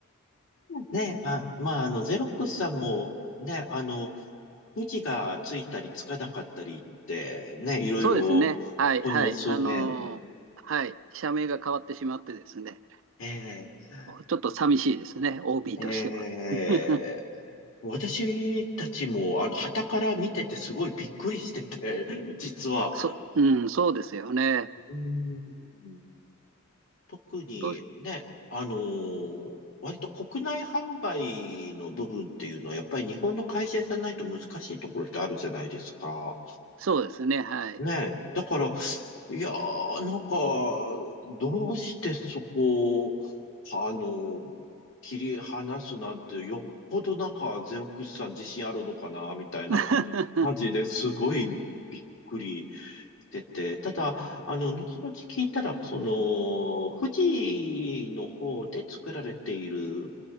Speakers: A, on the left; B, on the right.
A: ね、あ、まあ、あの、ゼロックスさんも、ね、あの、富士がついたりつかなかったりって、ね、いろいろ、
B: そうですね。はい、
A: この数年、
B: はい。あの、はい。社名が変わってしまってですね、
A: え
B: ちょっと寂しいですね、OB
A: ーえー私たちも、
B: としては。<laughs>
A: あの、傍から見ててすごいびっくりしてて、実は。
B: そ、そ、うん、そうですよね。
A: うん特にね、
B: と、
A: あのー割と国内販売の部分っていうのは、やっぱり日本の会社じゃないと難しいところってあるじゃないですか。
B: そうですね、はい。
A: ね、だから、いやー、なんか、どうしてそこを、あの、切り離すなんて、よっぽどなんか、ゼロックスさん自信あるのかな、みたいな
B: <laughs>
A: 感じですごいびっくりてて、ただ、あの、後々聞いたら、その、富士の方で作られている、